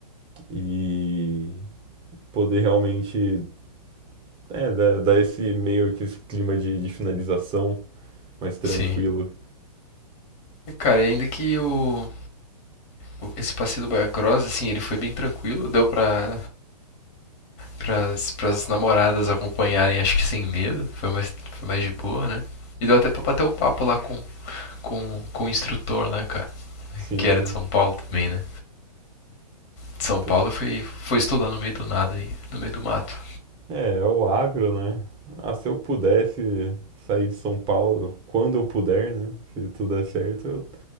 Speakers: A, on the right; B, on the left.
A: e poder realmente é, dar, dar esse meio que esse clima de, de finalização mais tranquilo.
B: Sim. E, Cara, e ainda que o, o- esse passeio do Baia Cross, assim, ele foi bem tranquilo, deu pra pras, pras namoradas acompanharem, acho que sem medo. Foi mais, foi mais de boa, né? E deu até pra bater o papo lá com, com, com o instrutor, né, cara?
A: Sim,
B: Que era de São Paulo também, né? De São
A: pô,
B: Paulo foi, foi estudar no meio do nada aí, no meio do mato.
A: é, é o agro, né? Ah, se eu pudesse sair de São Paulo quando eu puder, né? Se tudo der certo, eu